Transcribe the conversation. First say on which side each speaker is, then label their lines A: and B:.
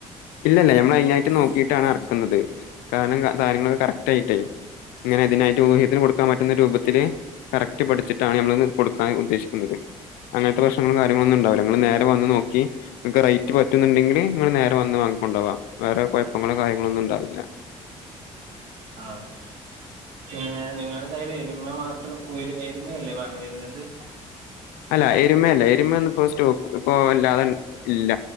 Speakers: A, on the left; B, on the right.
A: ഇല്ല ഇല്ല ഞമ്മൾ അയ്നായിട്ട് നോക്കിട്ടാണ് എറക്കുന്നത് കാരണം ങ്ങ സാധനങ്ങളൊക്കെ കറക്റ്റ് ആയിട്ടേ ഇങ്ങനെ ഇതിനായിട്ട് ഊഹത്തിന് കൊടുക്കാൻ പറ്റുന്ന രൂപത്തില് കറക്റ്റ് പഠിച്ചിട്ടാണ് നമ്മളത് കൊടുക്കാൻ ഉദ്ദേശിക്കുന്നത് അങ്ങൻത്തെ പ്രശ്നങ്ങളും കാര്യങ്ങളൊന്നും ഉണ്ടാവൂല നിങ്ങള് നേരെ വന്ന് നോക്കി നിങ്ങക്ക് റേറ്റ് പറ്റുന്നുണ്ടെങ്കില് ഇങ്ങള് നേരെ വന്ന് വാങ്ങിക്കൊണ്ടോവാം വേറെ കൊഴപ്പങ്ങളോ കാര്യങ്ങളോന്നും ഉണ്ടാവില്ല
B: ആഹ് പിന്നെ നിങ്ങളുടെ കയ്ല് എരുമ മാത്രം ഉംഎരുമയല്ലേ പറഞ്ഞിരുന്നത്
A: അല്ല എരുമയല്ല എരുമെന്നും ഇപ്പൊ സ്‌റ്റോ ഇപ്പോ അല്ലാതെ തന്നെ ഇല്ല